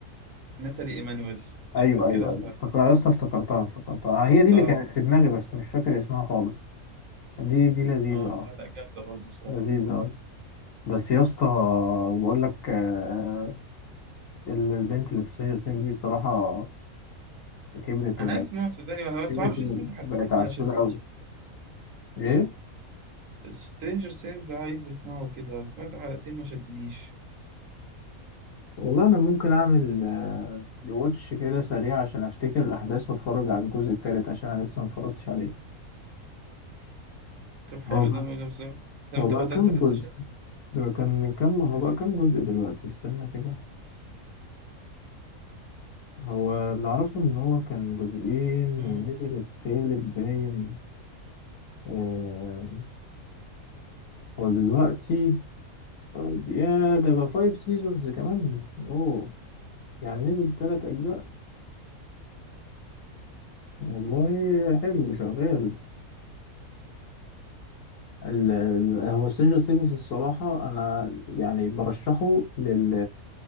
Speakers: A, on the right (about 65°); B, on the left (about 65°).
A: ناتالي ايمانويل
B: ايوه
A: اكتب كده
B: ايوه ايوه
A: هتعرف
B: افتكر اصلا افتكرتها افتكرتها آه، هي دي اللي
A: اه
B: كانت في دماغي بس مش فاكر اسمها خالص دي دي لذيذة
A: اه
B: اه
A: لا لا جامده برضه بصراحه
B: لذيذة اوي بس يا اسطى بقول لك آه ال- البنت اللي في سينجر سينج دي صراحة كبرت
A: انا
B: وبقت
A: اسمه صدقني بس
B: كبرت
A: ما اعرفش سمعت حلقتين
B: وبقت عسولة
A: ما شدنيش
B: اوي ايه
A: سترينجر سينز عايز اسمعه كده سمعت حلقتين ما شدنيش
B: والله انا ممكن اعمل ريواتش كده سريع عشان افتكر الاحداث واتفرج على الجزء التالت عشان انا لسه ما اتفرجتش عليه
A: طب
B: هو
A: حلو
B: بقى
A: ده ده بس- ده
B: هو
A: انت
B: بقى
A: ده
B: كام
A: انت
B: جزء
A: انت شايفه
B: ده كان كام هو
A: مش
B: بقى
A: عارف
B: كام جزء دلوقتي استنى كده هو اللي اعرفه ان هو كان جزئين ونزل
A: أمم،
B: التالت باين آه هو دلوقتي آه، يا ده بقى فايف سيزونز كمان اوه يعني نزل تلات اجزاء والله حلو شغال ال- ال- هو سترينجر ثينجز الصراحة أنا يعني برشحه لل